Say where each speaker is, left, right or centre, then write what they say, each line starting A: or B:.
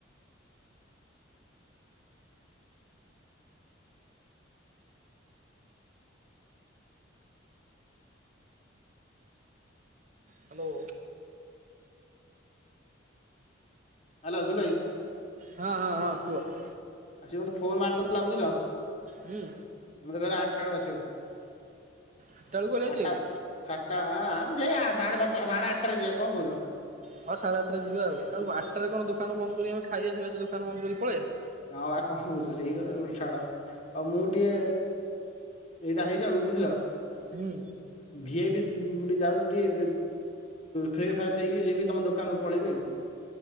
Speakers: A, on the right; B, on the left.
A: ହ୍ୟାଲୋ।
B: ହ୍ୟାଲୋ ଜୁଲ ଭାଇ।
A: ହଁ ହଁ ହଁ କୁହ।
B: ସେ ମତେ ଫୋନ ମାରିଥିଲା ବୁଝିଲ।
A: ହୁଁ।
B: ମତେ କହିଲା ଆଠଟା ବେଳୁ ଆସିବାକୁ
A: ଆଠଟା ବେଳକୁ ଗଲେ
B: ଆଠଟା
A: ଯିବାକୁ
B: ସାତଟା ସେ ଆ ସାଢେ ସାତ ସାଢେ ଆଠଟା ରେ ଯିବା କଣ କହୁଛ?
A: ହଁ ସାଢ଼େ ଆଠ ଟା ଯିବା ଆଉ ଆଉ ଆଠଟାରେ କଣ ଦୋକାନ ବନ୍ଦ କରି ଆମେ ଖାଇବା ଯିବା ସେ ଦୋକାନ ବନ୍ଦ କରି ପଳେଇବା।
B: ହଁ ବା କଣ କହୁଚୁ ସେଇ କଥାକୁ ଛାଡ। ଆଉ ମୁଁ ଟିକେ ଏଇଟା ହେଇଯାଉ ବୁଝିଲ!
A: ହୁଁ।
B: ଭିଏ ବି ଟିକେ ଯାଉଛି ଟିକେ ଫ୍ରେ ଫ୍ରେସ୍ ହେଇକି ଯିବି ତମ ଦୋକାନକୁ ପଳେଇବି ଆଉ।